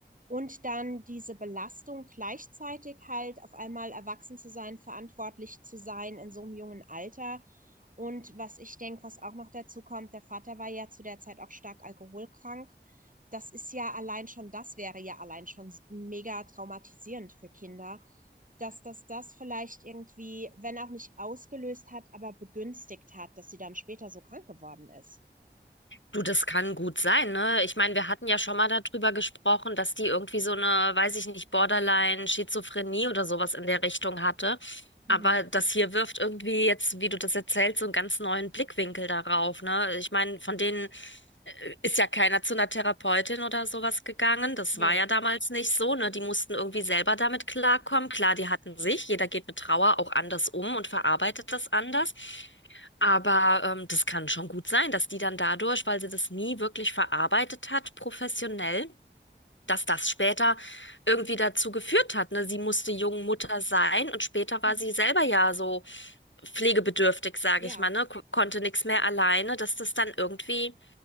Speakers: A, on the right (about 45°); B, on the left (about 90°).
A: und dann diese Belastung gleichzeitig halt auf einmal erwachsen zu sein, verantwortlich zu sein in so einem jungen Alter. Und was ich denke, was auch noch dazu kommt, der Vater war ja zu der Zeit auch stark alkoholkrank das ist ja allein schon, das wäre ja allein schon mega traumatisierend für Kinder, dass das das vielleicht irgendwie, wenn auch nicht ausgelöst hat, aber begünstigt hat, dass sie dann später so krank geworden ist.
B: Du, das kann gut sein, ne? Ich meine, wir hatten ja schon mal darüber gesprochen, dass die irgendwie so eine, weiß ich nicht, Borderline, Schizophrenie oder sowas in der Richtung hatte.
A: Mhm.
B: Aber das hier wirft irgendwie jetzt, wie du das erzählst, so einen ganz neuen Blickwinkel darauf, ne? Ich meine, von denen ist ja keiner zu einer Therapeutin oder sowas gegangen. Das
A: Nee.
B: war ja damals nicht so, ne? Die mussten irgendwie selber damit klarkommen. Klar, die hatten sich, jeder geht mit Trauer auch anders um und verarbeitet das anders. Aber ähm, das kann schon gut sein, dass die dann dadurch, weil sie das nie wirklich verarbeitet hat, professionell, dass das später irgendwie dazu geführt hat. Ne? Sie musste jung Mutter sein und später war
A: Mhm.
B: sie selber ja so pflegebedürftig, sage
A: Ja.
B: ich mal, ne? Ko- Konnte nichts mehr alleine, dass das dann irgendwie,